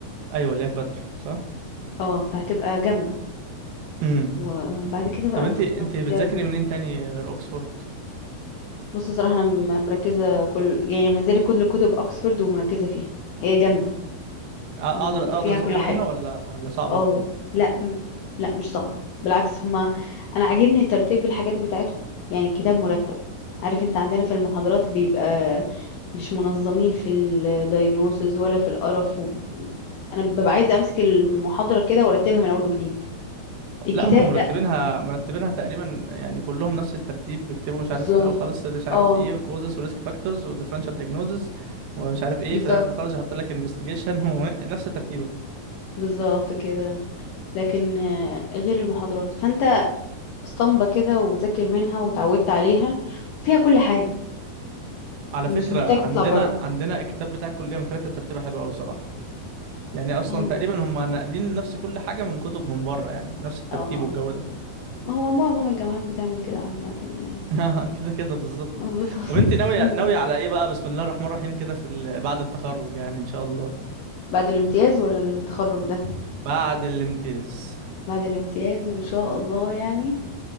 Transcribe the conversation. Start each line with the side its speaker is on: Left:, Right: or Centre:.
Right: ايوه اللي هي في بدر صح
Left: اه فهتبقى جامده
Right: امم
Left: وبعد كده بقى
Right: طب انت
Left: نخلص
Right: انت
Left: امتيازنا
Right: بتذاكري منين تاني غير اوكسفورد
Left: بص صراحة أنا م- مركزة كل يعني منزلة كل كتب أكسفورد ومركزة فيها هي جامدة
Right: أ- اقدر
Left: م-
Right: اقدر
Left: فيها
Right: اذاكر
Left: كل
Right: منها
Left: حاجة
Right: ولا ولا صعبة
Left: اه لا م- لا مش صعبة بالعكس هما أنا عاجبني ترتيب الحاجات بتاعتهم يعني الكتاب مرتب عارف انت عندنا في المحاضرات بيبقى مش منظمين في الدايجنوسز ولا في القرف و... أنا ببقى عايزة أمسك المحاضرة كده وأرتبها من أول وجديد الكتاب
Right: لا هم مرتبينها
Left: لا
Right: مرتبينها تقريبا يعني كلهم نفس الترتيب بيكتبوا مش
Left: بالظبط
Right: عارف في الاول خالص مش عارف
Left: اه
Right: ايه كوزس وريسك فاكتورز وديفرنشال دايجنوزس ومش عارف ايه
Left: بالظبط
Right: في الاخر خالص يحط لك انفستيجيشن <laughs> ونفس ترتيبه
Left: بالظبط كده لكن آه، غير المحاضرات فانت اسطمبة كده وبذاكر منها وتعودت عليها فيها كل حاجة
Right: على
Left: مش
Right: فكره
Left: محتاج تطلع
Right: عندنا
Left: بره
Right: عندنا الكتاب بتاع الكليه مترتب ترتيبه حلوه قوي صراحه يعني
Left: ما
Right: اصلا تقريبا هم ناقلين نفس كل حاجه من كتب من بره يعني نفس الترتيب
Left: اه
Right: والجو ده
Left: ما هو معظم الجامعات بتعمل كده عامة يعني
Right: <laughs> آه، كده كده بالظبط
Left: آه، بالظبط <laughs>
Right: طب انت ناويه
Left: هيعملوا
Right: ناويه
Left: ايه
Right: على ايه بقى بسم الله الرحمن الرحيم كده في ال- بعد التخرج يعني ان شاء الله
Left: بعد الامتياز ولا التخرج ده
Right: بعد الامتياز
Left: بعد الامتياز ان شاء الله يعني